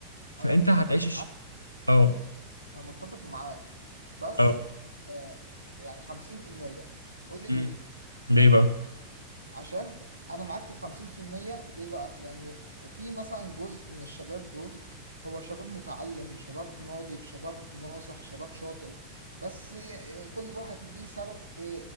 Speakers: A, on the left (about 80°); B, on the right (about 80°).
A: فأنت
B: انا متفق
A: هتعيش
B: معاك
A: الش- أه
B: انا متفق معاك بس
A: أه
B: آه يعني 50% قول لي
A: مم.
B: ليه
A: ليه بقى؟
B: عشان انا معاك في 50% ليه بقى لان في مثلا جزء من الشباب دول هو شباب متعلم شباب ناضج شباب ناصح شباب شاطر بس ي- كل واحد ليه سبب آه،